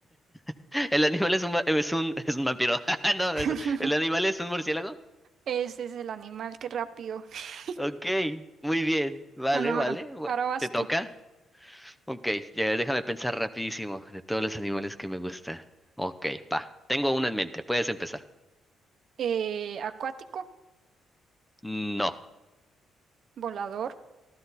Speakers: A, in the centre; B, on the right (about 60°).
A: <laughs> ¿El animal es un, ma- es un, es un vampiro? <laughs> No,
B: <laughs>
A: es- ¿el animal es un murciélago?
B: Ese es el animal, qué rápido. <laughs>
A: Ok, muy bien. Vale,
B: Bueno, ahora,
A: vale. bu-
B: ahora vas
A: ¿Te toca?
B: tú.
A: Ok, ya déjame pensar rapidísimo de todos los animales que me gustan. Ok, va. Tengo uno en mente. Puedes empezar.
B: Eh, acuático,
A: No.
B: volador,